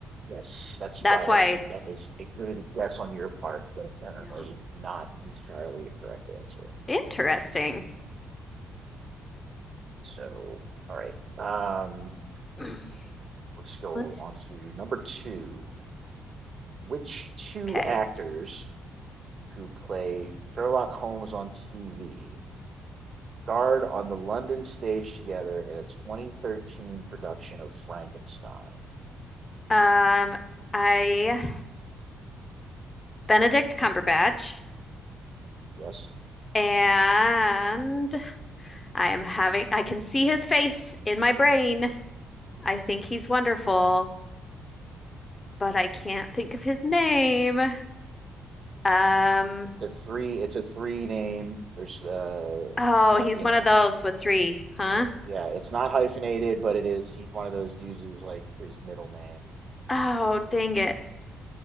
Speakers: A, on the right; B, on the left.
A: Yes, that's
B: That's
A: why
B: why,
A: I think that was a good guess on your part, but apparently
B: yeah.
A: not entirely the correct answer.
B: Interesting.
A: So, all right. Um,
B: <clears throat>
A: let's go
B: Let's,
A: on to number two. Which two
B: okay.
A: actors who play Sherlock Holmes on TV starred on the London stage together in a 2013 production of Frankenstein?
B: Um, I Benedict Cumberbatch
A: Yes.
B: and I am having, I can see his face in my brain. I think he's wonderful, but I can't think of his name. Um,
A: It's a three, it's a three name. There's uh
B: oh,
A: li-
B: he's
A: you
B: one
A: know,
B: of those with three, huh?
A: Yeah, it's not hyphenated, but it is he, one of those uses like his middle name.
B: Oh, dang it.